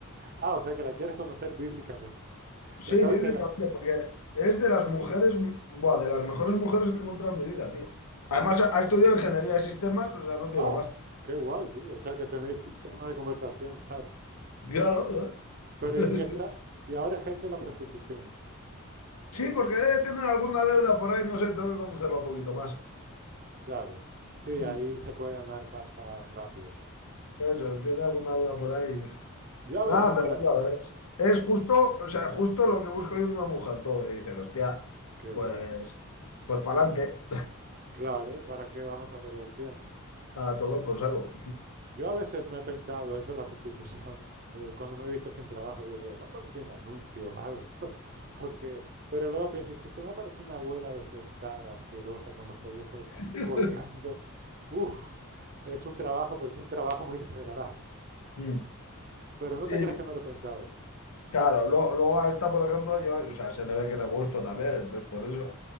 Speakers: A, on the right; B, on the left.
A: Ah, o sea que la quieres conocer bíblicamente. <laughs>
B: Sí,
A: Pues sabes
B: bíblicamente,
A: que en la...
B: porque es de las mujeres, buah, de las mejores mujeres que he encontrado en mi vida, tío. Además, ha ha estudiado ingeniería de sistemas, o sea, no te
A: Ah,
B: digo más.
A: qué guay, tío. O sea que tenéis que- tema de conversación, claro.
B: Claro, ¿eh?
A: Pero y,
B: Es
A: y está,
B: que-
A: y ahora ejerce la prostitución,
B: Sí, porque debe tener alguna deuda por ahí, no sé, tengo que conocerlo un poquito más.
A: claro. Sí,
B: Mm.
A: ahí se puede ganar pasta rápido, ¿no?
B: Eso, es, tiene alguna deuda por ahí.
A: Yo a
B: Nada,
A: veces
B: pero
A: me la...
B: eso es, es justo, o sea, justo lo que busco yo en una mujer, todo. Y dices, hostia,
A: Qué
B: pues,
A: guay.
B: pues para adelante,
A: Claro, ¿para qué vamos a perder el tiempo?
B: a tomar por saco.
A: Yo a veces me he pensado eso de la prostitución, eh, cuando me he visto sin trabajo, digo, pero no pondría un anuncio o algo, <laughs> porque, pero luego pienso, si se me aparece una abuela desdentada, asquerosa, con los pellejos
B: <laughs>
A: colgando, uff, es un trabajo, pero es un trabajo muy desagradable.
B: Mm.
A: Pero no
B: Sí,
A: te creas
B: sí,
A: que no lo he pensado.
B: claro. Lo- luego a esta, por ejemplo, yo, o sea, se le ve que le gusto también, entonces por eso. O